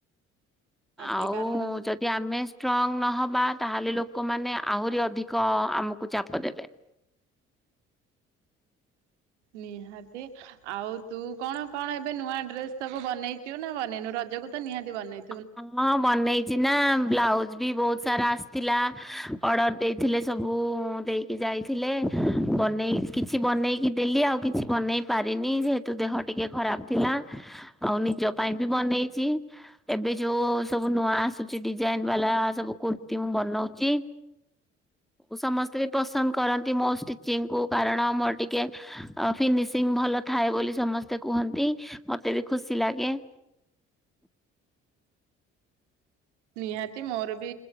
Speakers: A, on the right; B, in the centre.
A: ନିହାତି
B: ଆଉ
A: କାରଣ
B: ଯ ଯଦି ଆମେ ଷ୍ଟ୍ରଙ୍ଗ ନହବା, ତାହେଲେ ଲୋକମାନେ ଆହୁରି ଅଧିକ ଆମକୁ ଚାପ ଦେବେ।
A: ନିହାତି ଆଉ ତୁ କଣ କଣ ଏବେ ନୂଆ ଡ୍ରେସ ସବୁ ବନେଇଚୁନା ବନେଇନୁ, ରଜକୁତ ନିହାତି ବନେଇ
B: <inaudible> ମନେଇଛି ନା ବ୍ଲାଉଜ ବି ବହୁତ ସାରା ଆସିଥିଲା ଅର୍ଡ଼ର ଦେଇଥିଲେ ସବୁ ଦେଇ ଯାଇଥିଲେ ବନେଇ କିଛି ବନେଇକି ଦେଲି ଆଉ କିଛି ବନେଇ ପାରିନି ଯେହେ ତୁ ଦେହ ଟିକେ ଖରାପ ଥିଲା ଆଉ ନିଜ ପାଇଁ ବି ବନେଇଚି। ଏବେ ଯୋଉ ସବୁ ନୂଆ ଆସୁଚି ଡିଜାଇନ ବାଲା ସବୁ କୁର୍ତ୍ତୀ ମୁଁ ବନଉଛି। ସମସ୍ତେ ବି ପସନ୍ଦ କରନ୍ତି ମୋ ଷ୍ଟିଚିଙ୍ଗ କୁ କାରଣ ମୋର ଟିକେ ଫିନିସିଂ ଭଲ ଥାଏ ବୋଲି ସମସ୍ତେ କୁହନ୍ତି, ମତେ ବି ଖୁସି ଲାଗେ।
A: ନିହାତି ମୋର ବି